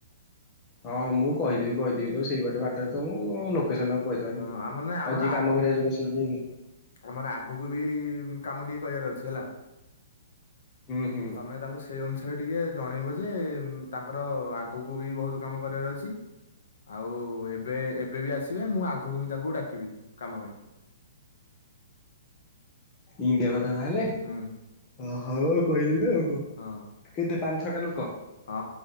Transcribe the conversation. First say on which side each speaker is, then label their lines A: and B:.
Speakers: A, on the left (about 15°); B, on the left (about 60°).
A: ହଁ ମୁଁ କହିଦେବି କହିଦେବି ତ ସେଇ ବାଟେ ବାଟରେ ତ ମୁଁ ଲୋକ କେସନ ତାଙ୍କୁ କହିଦେବନି
B: ହଁ
A: କି?
B: ଆମର ନାଇଁ ଆମର
A: ଆଉ ଯିଏ
B: ଆଗୁ
A: କାମ କରିବାକୁିବ ଯିବ ସେ ଦେନ୍ତି ଯିବେ କି?
B: ଆମର ଆଗକୁ ବି କାମ ଟିକେ କରିବାର ଅଛି। ହେଲା।
A: ହୁଁ ହୁଁ
B: ତମେ ତାଙ୍କୁ ସେଇ ଅନୁସା ସେଟା ଟିକେ ଜଣେଇବ ଯେ, ତାଙ୍କର ଆଗକୁ ବି ବହୁତ କାମ କରିବାର ଅଛି। ଆଉ ଏବେ ଏବେ ବି ଆସିବେ ମୁଁ ଆଗ କୁ ବି ତାଙ୍କୁ ଡାକିବି କାମ ପାଇଁ।
A: ଇନ୍ତିଆ କଥ ଆ ତାହଲେ
B: ହୁଁ।
A: ଓ। ହଉ କହିଦେବି ଆଉ। କ
B: ହଁ
A: କେତେ ପାଞ୍ଚ ଠଟା ଲୋକ।
B: ହଁ